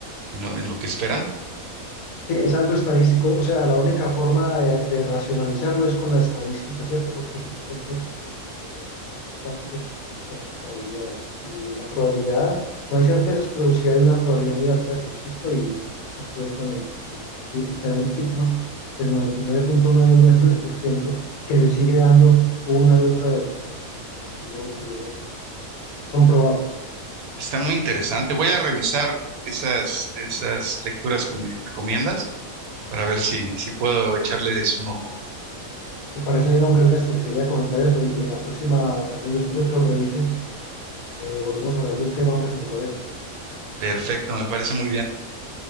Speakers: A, on the right (about 85°); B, on the left (about 75°).
A: en lo, en lo que esperan.
B: Sí, es algo estadístico, o sea, la única forma de, de racionalizarlo es con la estadística, ¿cierto? Porque finalmente eh, los campos cuánticos es eso, probabilidades. Y la probabilidad, no hay certezas, pero sí hay una probabilidad muy alta de que exista y, y esa fue con el, el Seven Sigma, el noventa y nueve punto noventa y nueve por ciento que le sigue dando una y otra vez. Entonces, así lo pudieron comprobar.
A: Está muy interesante. Voy a revisar esas, esas lecturas que me recomiendas para ver si, si puedo echarles un ojo.
B: Me parece bien, hombre Ernesto, le quería comentar eso y en la próxima ocasión, después de que lo revises, Eh, volvemos a hablar del tema, hombre, si le parece.
A: Perfecto, me parece muy bien.